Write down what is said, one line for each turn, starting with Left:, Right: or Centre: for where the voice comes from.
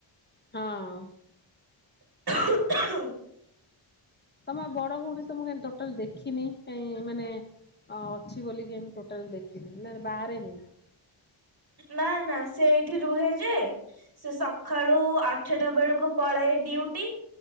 Left: ହଁ।
Right: <inaudible>
Left: ତମ ବଡ ଭଉଣୀ ତ ମୁଁ ଟୋଟାଲ ଦେଖିନି କାଇଁ ମାନେ ଅଛି ବୋଲି ଟୋଟାଲ ଦେଖିନି ନା ବାହାରେନି।
Right: ନା ନା ସେ ଏଇଠି ରୁହେ ଯେ ସେ ସକାଳୁ ଆଠ ଛୋଟ ବେଳକୁ ପଳାଏ ଡ୍ୟୁଟି